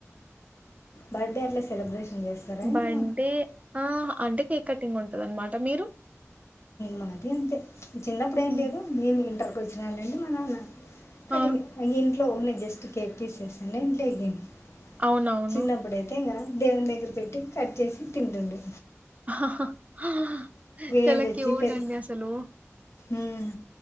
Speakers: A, on the left; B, on the right.
A: బర్డే ఆట్లా సెలబ్రేషన్ చేస్తారా ఇంట్లో
B: బర్డే ఆ అంటే కేక్ కటింగ్ ఉంటది అనమాట మీరు
A: మాది అంతే చిన్నప్పుడు ఏం
B: హ్మ్.
A: లేదు మేము ఇంటర్ కి వచ్చిన నుండి మా నాన్న కటింగ్
B: ఆ
A: ఆయింట్లో ఉన్నాయ్ జస్ట్ కేక్ తీసేసిన ఇంట్లోఎకండి
B: అవునవును
A: చిన్నప్పుడయితే ఇంకా దేవుని దగ్గర పెట్టి కట్ చేసి తింటుండు
B: హా హా చాలా
A: ఏజ్ వచ్చి
B: క్యూట్
A: పెరి
B: అండి అసలు
A: ఉమ్,